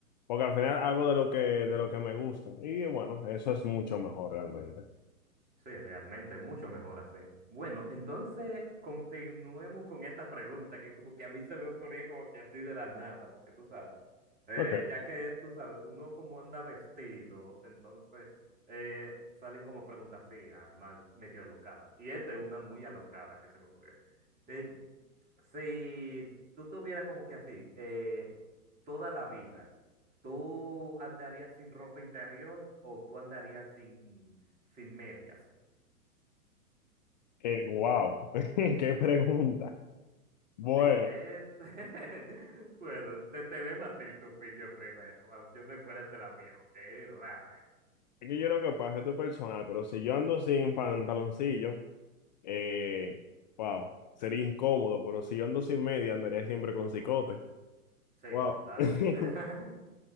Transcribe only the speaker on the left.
Porque al final hago de lo que, de lo que me gusta. Y bueno, eso es mucho mejor realmente.
Ok.
Eh, wow. <laughs> Qué pregunta. Bueno.
Es que yo lo que pasa, esto es personal, pero si yo ando sin pantaloncillo, eh, wow, sería incómodo, pero si yo ando sin media, andaría siempre con cicote.
Wow.
<laughs>